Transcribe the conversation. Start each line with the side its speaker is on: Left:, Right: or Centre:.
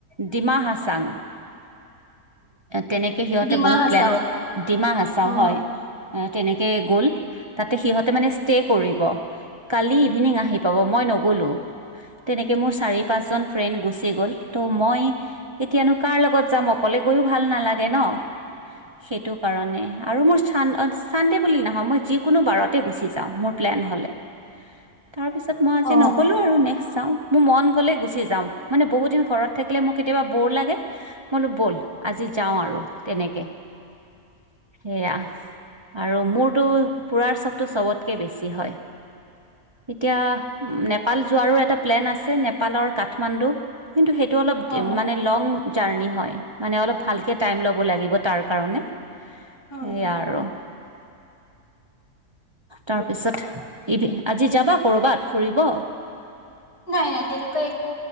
Right: ডিমা হাছাং তেনেকে সিহঁতে
Left: ডিমা
Right: বহুত
Left: হাচাও
Right: প্লেন, ডিমা হাচাউ
Left: অ
Right: হয় তেনেকে গ'ল তাতে সিহঁতে মানে ষ্টে কৰিব কালি ইভিনিং আহি পাব, মই নগ'লোঁ তেনেকৈ মোৰ চাৰি পাঁচজন ফ্ৰেণ্ড গুচি গ'ল, ত' মই এতিয়ানো কাৰ লগত যাম, অকলে গৈও ভাল নালাগে ন সেইটো কাৰণে। আৰু মোৰ চান ছানডে বুলি নহয়, মই যিকোনো বাৰতেই গুচি যাওঁ মোৰ প্লেন হ'লে তাৰপিছত মই আজি
Left: অ অ।
Right: নগ'লোঁ আৰু নেক্স চাওঁ। মোৰ মন গ'লে গুচি যাম, মানে বহুত দিন ঘৰত থাকিলে মোৰ কেতিয়াবা বৰ লাগে। মই বোলো বল, আজি যাওঁ আৰু তেনেকে। সেয়া, আৰু মোৰতো ফুৰাৰ চখটো চবতকৈ বেছি হয়। এতিয়া নেপাল যোৱাৰো এটা প্লেন আছে, নেপালৰ কাঠমাণ্ডু কিন্তু সেই সেইটো
Left: অ
Right: মানে অলপ লং জাৰণি হয়, মানে অলপ ভালকে টাইম ল'ব লাগিব তাৰ কাৰণে।
Left: উম
Right: সেই আৰু। তাৰপিছত,
Left: বুজিছো বাৰু
Right: আজি যাবা কৰবাত ফুৰিব।
Left: নাই, নাই, তেনেকুৱা একো